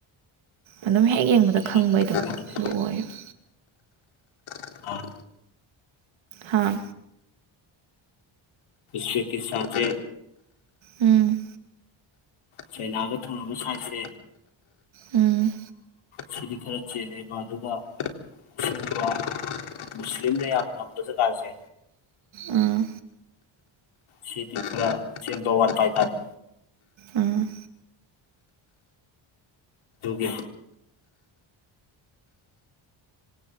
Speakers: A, on the right; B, on the left.
A: ꯑꯗꯨ ꯍ ꯌꯦꯡꯕꯗ
B: ꯈꯦꯠꯅꯕꯅꯤ
A: ꯈꯪꯕꯩꯗꯣ
B: ꯈꯦꯠꯅꯕꯅꯤ
A: ꯑꯗꯨ ꯑꯣꯏꯕ
B: ꯍꯥꯏ
A: ꯍꯥꯥ
B: ꯁꯀꯤ ꯁꯝꯇ
A: ꯎꯝ
B: ꯆꯩꯅꯥꯒ ꯊꯣꯡꯅꯕ ꯁꯥꯏꯠꯁꯦ
A: ꯎꯝ
B: ꯁꯤꯗꯤ ꯈꯔ ꯆꯦꯜꯂꯦꯕ ꯑꯗꯨꯒ ꯑꯁꯤꯒꯨꯝꯕ ꯃꯨꯁꯂꯤꯝꯅ ꯌꯥꯝ ꯉꯝꯕ ꯖꯒꯥꯁꯦ
A: ꯑ
B: ꯁꯤꯗꯤ ꯈꯔ ꯁꯦꯝꯕ ꯋꯥꯠꯄ ꯍꯥꯏꯇꯥꯔꯦ
A: ꯎꯝ
B: ꯌꯒꯦ